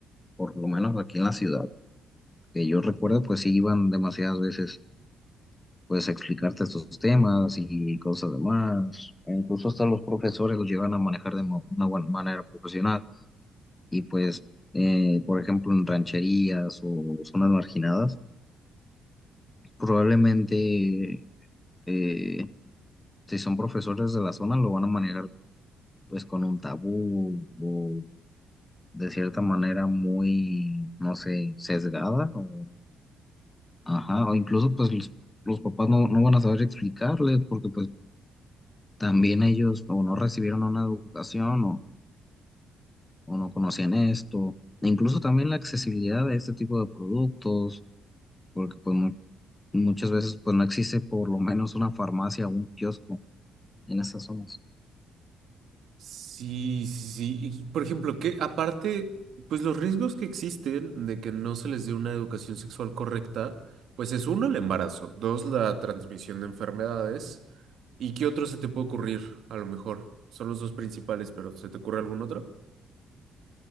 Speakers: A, on the left; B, on the right.
A: por lo menos aquí en la ciudad, que yo recuerdo, pues sí iban demasiadas veces pues a explicarte estos temas y cosas demás, E incluso hasta los profesores los llevan a manejar de mo- una buena manera profesional y pues, eh, por ejemplo, en rancherías o zonas marginadas, probablemente... eh, si son profesores de la zona, lo van a manejar pues con un tabú o de cierta manera muy, no sé, sesgada o, ajá, o incluso pues los, los papás no, no van a saber explicarles porque pues también ellos o no recibieron una educación o, o no conocían esto, E incluso también la accesibilidad de este tipo de productos, porque pues mu- muchas veces pues no existe por lo menos una farmacia o un kiosco en esas zonas.
B: Sí, sí, sí. Y, por ejemplo, que aparte, pues los riesgos que existen de que no se les dé una educación sexual correcta, pues es uno, el embarazo, dos, la transmisión de enfermedades, ¿y qué otro se te puede ocurrir? A lo mejor son los dos principales, pero ¿se te ocurre algún otro?